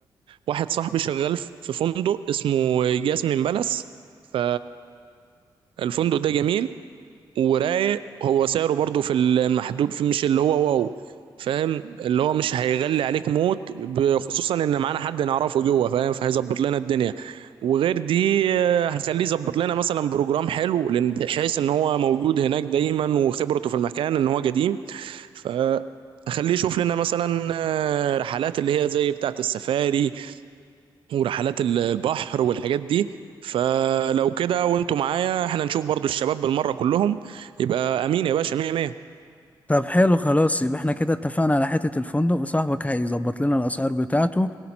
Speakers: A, on the right; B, on the left.
A: واحد صاحبي شغال في فندق اسمه جاسمين بالاس ف الفندق ده جميل ورايق هو سعره برضو في المحدود في مش اللي هو واو فاهم اللي هو مش هيغلي عليك موت ب- خصوصا ان معانا حد نعرفه جوه فاهم فهيظبط لنا الدنيا وغير دي آه، هنخليه يظبط لنا مثلا بروجرام حلو لأن- بحيث ان هو موجود هناك دايما وخبرته في المكان ان هو قديم فخليه يشوف لنا مثلا آه، رحلات اللي هي زي بتاعة السفاري ورحلات ال- البحر والحاجات دي فلو كده وانتوا معايا احنا نشوف برضو الشباب بالمرة كلهم يبقى امين يا باشا مية مية
B: طب حلو خلاص يبقى احنا كده اتفقنا على حتة الفندق وصاحبك هيظبط لنا الاسعار بتاعته